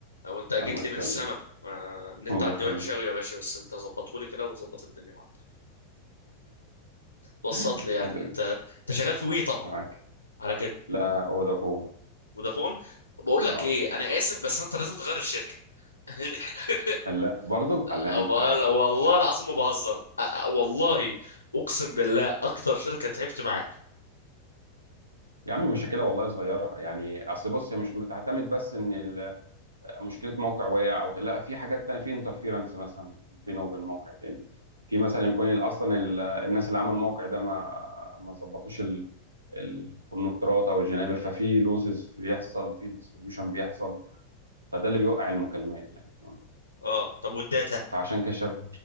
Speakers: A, on the left; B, on the right.
A: لو انت جيت
B: الله
A: لي
B: يخليك
A: من السما ما النت
B: الله
A: عندي
B: يخليك
A: وحش قوي يا باشا بس انت ظبطه لي كده وظبط الدنيا معاك وسط
B: <laughs>
A: لي يعني انت انت شغال في وي طبعا
B: معاك
A: على كده
B: لا فودافون
A: فودافون بقول لك
B: اه
A: ايه انا اسف بس انت لازم تغير الشركه <laughs>
B: لا برضو على
A: أبقى-
B: انت
A: والله العظيم ما بهزر أ- أ- والله اقسم بالله اكتر شركه تعبت معاها
B: يا عم مشاكلها والله صغيرة يعني أصل بص هي مش بتعتمد بس إن ال- مشكلة موقع وقع أو كده، لا في حاجات تانية في انترفيرنس مثلا بينه وبين موقع تاني في مثلا يكون ال- أصلا ال- الناس اللي عملوا الموقع ده ما ما ظبطوش ال- الكونكتورات أو الجنابر ففي لوزز بيحصل في ديستريبيوشن بيحصل فده اللي بيوقع المكالمات يعني تمام
A: اه طب والداتا
B: فعشان كده الشبكة